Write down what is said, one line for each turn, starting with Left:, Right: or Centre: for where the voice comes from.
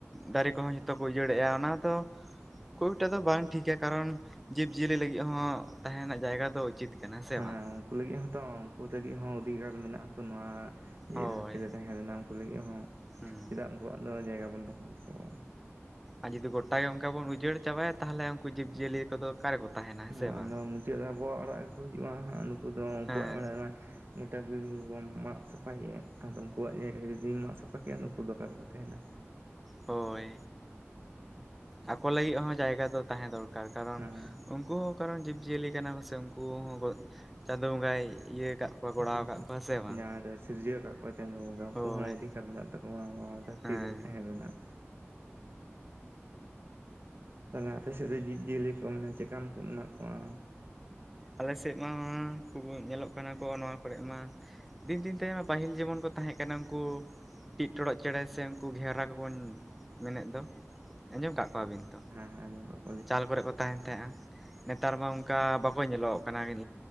Centre: ᱫᱟᱨᱮ ᱠᱚᱦᱚᱸ ᱡ ᱡᱷᱚᱛᱚ ᱠᱚ ᱩᱡᱟᱹᱲᱮᱜ-ᱟ ᱚᱱᱟ ᱫᱚ ᱮᱴᱟᱜ ᱫᱚ ᱵᱟᱝ ᱴᱷᱤᱠᱟ ᱠᱟᱨᱚᱱ ᱡᱤᱵᱽ ᱡᱤᱭᱟᱹᱞᱤ ᱞᱟᱹᱜᱤᱫ ᱦᱚᱸ ᱛᱟᱦᱮ ᱨᱮᱱᱟᱜ ᱡᱟᱭᱜᱟ ᱫᱚ ᱩᱪᱤᱛ ᱠᱟᱱᱟ ᱥᱮ
Right: ᱦᱮᱸ
Centre: ᱵᱟᱝ
Right: ᱩᱱᱠᱩ ᱞᱟᱹᱜᱤᱫ ᱦᱚᱸᱛᱚ ᱩᱱᱠᱩ ᱞᱟᱹᱜᱤᱫ ᱦᱚᱸ ᱚᱫᱷᱤᱠᱟᱨ ᱢᱮᱱᱟᱜᱛᱚ ᱱᱚᱣᱟ ᱡᱮ
Centre: ᱦᱳᱭ
Right: ᱫᱷᱟᱹᱨᱛᱤ ᱨᱮ ᱛᱟᱦᱮᱸ ᱞᱮᱱᱟ ᱩᱱᱠᱩ ᱞᱟᱹᱜᱤᱫ ᱦᱚᱸ
Centre: ᱦᱩᱸ
Right: ᱪᱮᱫᱟᱜ ᱩᱱᱠᱩᱣᱟᱜ ᱫᱚ ᱡᱟᱭᱜᱟ ᱵᱚᱱ ᱫᱚᱠᱷᱚᱞ ᱛᱟᱠᱚᱣᱟ
Centre: ᱟᱨ ᱡᱩᱫᱤ ᱜᱚᱴᱟ ᱜᱮ ᱚᱱᱠᱟ ᱵᱚᱱ ᱩᱡᱟᱹᱲ ᱪᱟᱵᱟᱭᱟ ᱛᱟᱦᱚᱞᱮ ᱩᱱᱠᱩ ᱡᱤᱵᱽᱡᱤᱭᱟᱹᱞᱤ ᱠᱚᱫᱚ ᱚᱠᱟᱨᱮᱠᱚ ᱛᱟᱦᱮᱱᱟ ᱦᱮᱸ
Right: ᱟᱫᱚ
Centre: ᱥᱮ ᱵᱟᱝ
Right: ᱢᱩᱪᱟᱹᱫ ᱨᱮ ᱟᱵᱚᱣᱟᱜ ᱚᱲᱟᱜ ᱜᱮᱠᱚ ᱦᱤᱡᱩᱜ-ᱟ ᱦᱟᱜ ᱱᱩᱠᱩ ᱫᱚ ᱩᱱᱠᱩᱣᱟᱜ
Centre: ᱦᱮᱸ
Right: ᱚᱲᱟᱜ ᱢᱟ ᱜᱚᱴᱟ ᱵᱤᱨ ᱵᱩᱨᱩ ᱵᱚᱱ ᱢᱟᱜ ᱥᱟᱯᱷᱟᱭ-ᱟ ᱟᱫᱚ ᱩᱱᱠᱩᱣᱟᱜ ᱡᱟᱭᱜᱟ ᱡᱩᱫᱤᱢ ᱢᱟᱜ ᱥᱟᱯᱷᱟ ᱠᱮᱭᱟ ᱱᱩᱠᱩ ᱫᱚ ᱚᱠᱟ ᱨᱮᱠᱚ ᱛᱟᱦᱮᱱᱟ
Centre: ᱦᱳᱭ ᱟᱠᱚ ᱞᱟᱹᱜᱤᱫ ᱦᱚᱸ ᱡᱟᱭᱜᱟ ᱫᱚ ᱛᱟᱦᱮᱸ ᱫᱚᱨᱠᱟᱨ ᱠᱟᱨᱚᱱ
Right: ᱦᱮᱸ
Centre: ᱩᱱᱠᱩ ᱦᱚᱸ ᱠᱟᱨᱚᱱ ᱡᱤᱵᱽᱡᱤᱭᱟᱹᱞᱤ ᱠᱟᱱᱟ ᱠᱚ ᱥᱮ ᱩᱱᱠᱩ ᱦᱚᱸ ᱜ ᱪᱟᱸᱫᱚ ᱵᱚᱸᱜᱟᱭ ᱤᱭᱟᱹ ᱟᱠᱟᱫ ᱠᱚᱣᱟ ᱜᱚᱲᱟᱣ
Right: ᱦᱮ
Centre: ᱠᱟᱜ ᱠᱚᱣᱟ ᱥᱮ ᱵᱟᱝ
Right: ᱡᱟᱦᱟᱸ ᱫᱚ ᱥᱤᱨᱡᱟᱹᱣ ᱟᱠᱟᱫ ᱠᱚ ᱛᱟᱦᱮᱱ ᱜᱮ ᱩᱱᱠᱩ
Centre: ᱦᱳᱭ
Right: ᱦᱚᱸ ᱚᱫᱷᱤᱠᱟᱨ ᱢᱮᱱᱟᱜ ᱛᱟᱠᱚᱣᱟ ᱱᱚᱣᱟ ᱫᱷᱟᱹᱨᱛᱤ
Centre: ᱦᱮᱸ
Right: ᱨᱮ ᱛᱟᱦᱮᱸ ᱨᱮᱱᱟᱜ ᱛᱟᱦᱞᱮ ᱟᱯᱮ ᱥᱮᱫ ᱫᱚ ᱡᱤᱵᱽ ᱡᱤᱭᱟᱹᱞᱤ ᱠᱚ ᱢᱮᱱᱮ ᱪᱮᱠᱟᱱ ᱠᱚ ᱢᱮᱱᱟᱜ ᱠᱚᱣᱟ
Centre: ᱟᱞᱮ ᱥᱮᱫ ᱢᱟ ᱠᱚ ᱧᱮᱞᱚᱜ ᱠᱟᱱᱟ ᱠᱚ ᱱᱚᱣᱟ ᱠᱚᱨᱮ ᱢᱟ ᱫᱤᱱ ᱫᱤᱱ ᱛᱟᱭᱚᱢ ᱯᱟᱹᱦᱤᱞ ᱡᱮᱢᱚᱱ ᱠᱚ ᱛᱟᱦᱮᱸ ᱠᱟᱱᱟ ᱩᱱᱠᱩ ᱴᱤᱜ ᱴᱚᱲᱚᱜ ᱪᱮᱬᱮ ᱥᱮ ᱩᱱᱠᱩ ᱜᱷᱮᱣᱨᱟ ᱠᱚᱵᱚᱱ ᱢᱮᱱᱮᱫ ᱫᱚ ᱟᱸᱡᱚᱢ ᱟᱠᱟᱫ ᱠᱚᱣᱟᱵᱤᱱ ᱛᱚ
Right: ᱟᱻ ᱧᱮᱞᱚᱜ
Centre: ᱪᱟᱞ ᱠᱚᱨᱮ ᱠᱚ ᱛᱟᱦᱮᱱ ᱛᱟᱦᱮᱸᱜ-ᱟ ᱱᱮᱛᱟᱨ ᱵᱟᱝ ᱚᱱᱠᱟ ᱵᱟᱠᱚ ᱧᱮᱞᱚᱜ ᱠᱟᱱᱟᱠᱤᱱ